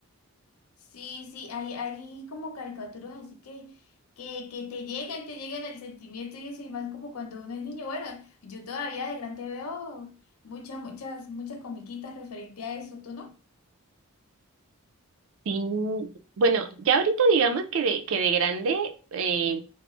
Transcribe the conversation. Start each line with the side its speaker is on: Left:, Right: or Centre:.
Left: Sí, sí, hay, hay como caricaturas así que, que, que te llegan, te llegan el sentimiento y eso, y más como cuando uno es niño. Bueno, yo todavía de grande veo muchas, muchas, muchas comiquitas referente a eso, ¿tú no?
Right: Sí, bueno, ya ahorita digamos que de, que de grande eh,